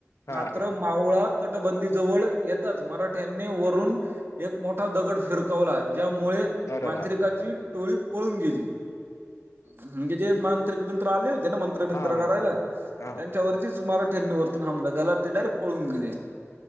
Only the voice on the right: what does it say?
तरं मावळा तटबंदी जवळ येेतच मराठ्यांनी वरून एक मोठा दगड फिरकावला ज्यामुळे
मांत्रिकाची
टोळी पळून गेली म्हणजे जे मांत्रिक मित्र आले होते ना मंत्र बिंत्र
करायला
त्यांच्यावरती च मराठ्यां नी हमला गला ते डायेक्ट पळून गेले.